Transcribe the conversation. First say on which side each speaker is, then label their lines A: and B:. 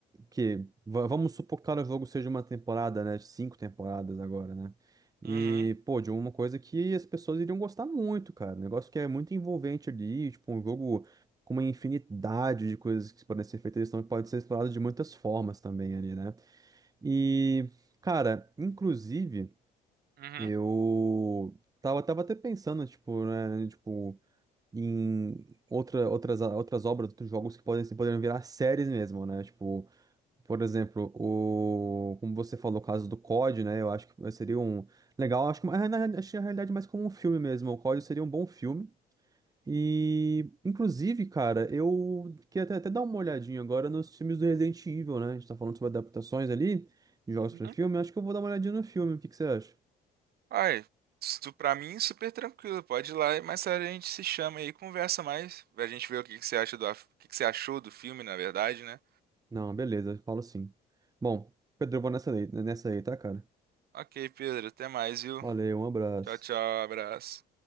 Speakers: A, on the right (about 20°); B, on the right (about 65°).
A: que va- vamos supor que cada jogo seja uma temporada, né? Cinco temporadas agora, né? E,
B: Uhum,
A: pô, de uma coisa que as pessoas iriam gostar muito, cara. Um negócio que é muito envolvente ali, tipo, um jogo com uma infinidade de coisas que podem ser feitas, eles estão, pode ser explorado de muitas formas também ali, né? E, cara, inclusive,
B: uhum,
A: eu tava, tava até pensando, tipo, né, tipo, em outra, outras, outras obras, outros jogos que podem, poderiam virar séries mesmo, né? Tipo, por exemplo, o, como você falou, o caso do COD, né? Eu acho que seria um legal, acho que mas na- acho que na realidade mais como um filme mesmo. O COD seria um bom filme. E, inclusive, cara, eu queria até, até dar uma olhadinha agora nos filmes do Resident Evil, né? A gente tá falando sobre adaptações ali, de jogos
B: uhum.
A: pra filme. Acho que eu vou dar uma olhadinha no filme. O que que você acha?
B: Ai, isso pra mim é super tranquilo, pode ir lá, mas a gente se chama aí, e conversa mais, a gente vê o que que você acha do, af- o que que você achou do filme, na verdade, né?
A: Não, beleza, falo sim. Bom, Pedro, eu vou nessa aí, nessa aí, tá, cara?
B: Ok, Pedro, até mais, viu?
A: Valeu, um abraço.
B: Tchau, tchau, abraço.